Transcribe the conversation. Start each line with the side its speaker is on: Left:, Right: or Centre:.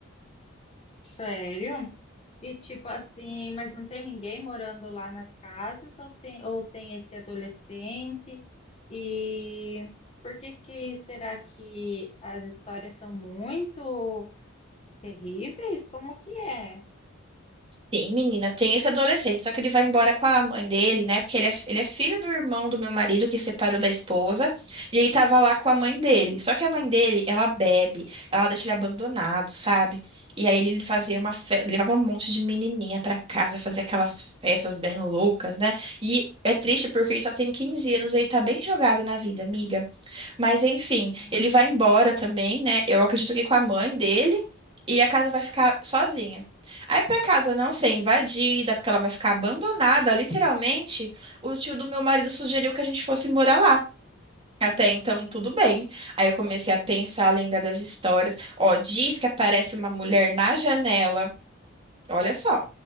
Left: Sério? E tipo assim, mas não tem ninguém morando lá nas casas ou tem ou tem esse adolescente? E por que que será que as histórias são muito terríveis? Como que é?
Right: Sim, menina, tem esse adolescente, só que ele vai embora com a mãe dele, né? Porque ele é, ele é filho do irmão do meu marido que separou da esposa, e ele tava lá com a mãe dele. Só que a mãe dele, ela bebe, ela deixa ele abandonado, sabe? E aí ele fazia
Left: Hum,
Right: uma festa, levava um monte de menininha pra casa, fazia aquelas festas bem loucas, né? E é triste porque ele só tem 15 anos e ele tá bem jogado na vida, amiga. Mas enfim,
Left: hum.
Right: ele vai embora também, né? Eu acredito que com a mãe dele e a casa vai ficar sozinha. Aí pra casa não ser invadida, porque ela vai ficar abandonada, literalmente, o tio do meu marido sugeriu que a gente fosse morar lá. Até então, tudo bem. Aí eu comecei a pensar, a lembrar das histórias. Ó, diz que aparece uma mulher na janela. Olha só.